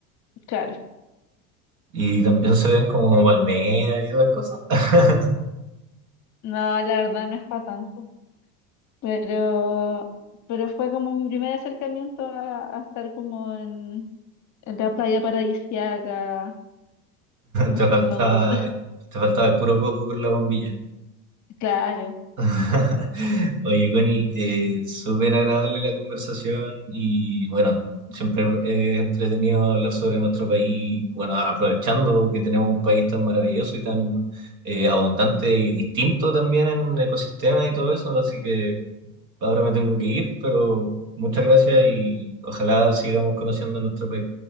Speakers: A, on the left; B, on the right.
A: Claro,
B: Y también se ven como palmeras y otras cosas. <laughs>
A: no, la verdad no es para tanto. Pero, pero fue como mi primer acercamiento a, a estar como en, en la playa paradisíaca, como
B: Te
A: siendo
B: faltaba,
A: adulta.
B: te faltaba el puro coco con la bombilla.
A: <laughs> Claro.
B: <laughs> Oye, Connie, eh, súper agradable la conversación y bueno, siempre es entretenido hablar sobre nuestro país, bueno, aprovechando que tenemos un país tan maravilloso y tan eh, abundante y distinto también en ecosistemas y todo eso, así que ahora me tengo que ir, pero muchas gracias y ojalá sigamos conociendo nuestro país.